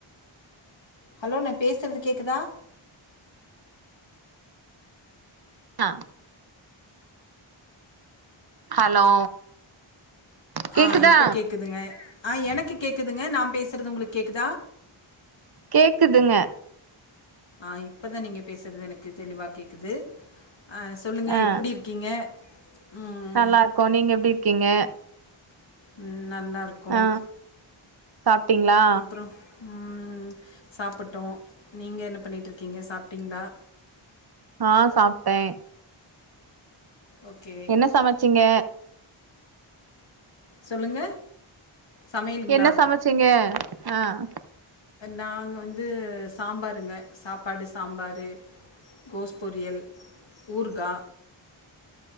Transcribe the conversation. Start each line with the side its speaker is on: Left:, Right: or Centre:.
Left: ஹலோ நா பேசுறது கேக்குதா
Right: ஆஹ் ஹலோ கேக்குதா
Left: ஆஹ் இப்ப கேக்குதுங்க ஆஹ் எனக்கு கேக் குதுங்க நா பேசுறது உங்களுக்கு கேக்குதா
Right: கேக்குதுங்க
Left: ஆஹ் இப்பதான் நீங்க பேசுறது எனக்கு தெளிவா கேக்குது ஆஹ் சொல்லுங்க
Right: ஆ
Left: எப்புடி இருக்கீங்க ம்
Right: நல்லா இருக்கோ நீங்க எப்டி இருக்கீங்க
Left: உம் நல்லாருக்கோம்
Right: ஆ சாப்ட்டீங்களா
Left: அப்றோம் உம் சாப்புட்டோம் நீங்க என்னப் பண்ணிட்ரிக்கிங்க சாப்ட்டீங்ளா
Right: ஆஹ் சாப்ட்டேன்
Left: ஓகே
Right: என்ன சமச்சிங்க
Left: சொல்லுங்க சமையலுங்களா
Right: என்ன சமச்சிங்க ஆஹ்
Left: நாங்க வந்து சாம்பாருங்க சாப்பாடு சாம்பாரு கோஸ் பொரியல் ஊர்கா